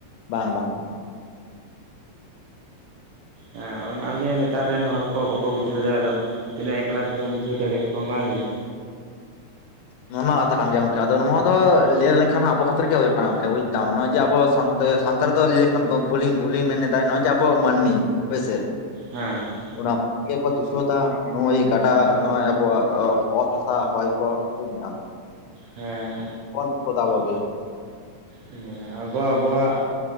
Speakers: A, on the left; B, on the right.
A: ᱵᱟᱝ ᱵᱟᱝ᱾
B: ᱦᱮᱸ ᱚᱱᱟᱜᱮ ᱱᱮᱛᱟᱨ ᱨᱮᱱ ᱦᱚᱲ ᱠᱚ ᱵᱟᱠᱚ ᱵᱩᱡᱷᱟᱹᱣᱫᱟ ᱟᱫᱚ᱾ ᱛᱤᱱᱟᱹᱜ ᱮᱠᱞᱟ ᱛᱮᱫᱚᱢ ᱵᱩᱡᱷᱟᱹᱣ ᱫᱟᱲᱮᱭᱟ ᱠᱚᱣᱟ ᱢᱟ ᱞᱟᱹᱭ ᱢᱮ᱾
A: ᱱᱚᱣᱟ ᱠᱟᱛᱷᱟ ᱠᱟᱱ ᱜᱮᱭᱟ ᱜᱚᱝᱠᱮ ᱟᱫᱚ ᱱᱚᱣᱟ ᱫᱚ ᱞᱟᱹᱭ ᱞᱮᱱᱠᱷᱟᱱ ᱟᱵᱚ ᱠᱷᱟᱛᱤᱨ ᱜᱮ ᱦᱩᱭᱩᱜ ᱠᱟᱱᱟᱠ ᱵᱩᱡ ᱫᱟᱢ ᱱᱚᱜᱚᱭ ᱡᱮ ᱟᱵᱚ ᱥ ᱛ ᱥᱟᱱᱛᱟᱲ ᱫᱚ ᱞᱟᱹᱭ ᱞᱮᱠᱷᱟᱱ ᱵᱷᱩᱞᱤ-ᱵᱷᱩᱞᱤᱧ ᱢᱮᱱᱮᱫᱟ ᱱᱚᱜᱼᱚᱭ ᱡᱮ ᱟᱵᱚᱣᱟᱜ ᱢᱟᱹᱱᱢᱤ ᱦᱳᱭᱥᱮ
B: ᱦᱮᱸᱻᱦᱮᱸ
A: ᱚᱱᱟ ᱢᱚᱡᱽ ᱜᱮᱠᱚ ᱫᱩᱥᱟᱹᱫᱟ ᱱᱚᱜᱩᱭ ᱜᱟᱰᱟ ᱱᱚᱜᱼᱚᱭ ᱟᱵᱚᱣᱟᱜ ᱚᱛ ᱦᱟᱥᱟ ᱦᱚᱭ ᱠᱚ ᱴᱷᱤᱠ ᱫᱟᱢ
B: ᱦᱮᱸ
A: ᱠᱚᱱ ᱨᱩᱠ ᱟᱵᱚ ᱜᱮ
B: ᱦᱮᱸ ᱟᱵᱚ ᱟᱵᱚᱣᱟᱜ